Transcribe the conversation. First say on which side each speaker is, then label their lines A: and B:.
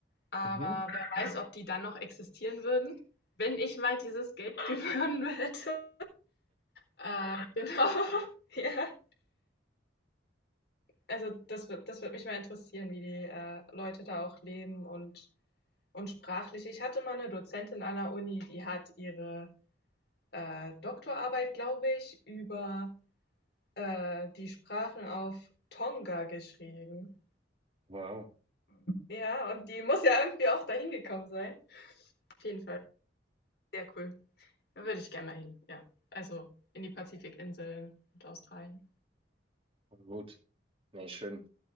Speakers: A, on the left; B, on the right.
A: Aber
B: Mhm.
A: wer weiß, ob die dann noch existieren würden, wenn ich mal dieses Geld <laughs> gewonnen hätte. Äh, genau. <laughs> Ja. Also das wird, das wird mich mal interessieren, wie die äh, Leute da auch leben und, und sprachlich. Ich hatte mal eine Dozentin an der Uni, die hat ihre äh, Doktorarbeit, glaube ich, über äh, die Sprachen auf Tonga geschrieben.
B: Wow,
A: Ja, und die muss ja irgendwie auch dahin gekommen sein. Auf jeden Fall, sehr cool. Da würde ich gerne mal hin. Ja, also in die Pazifikinseln und Australien.
B: voll gut. Nee, schön.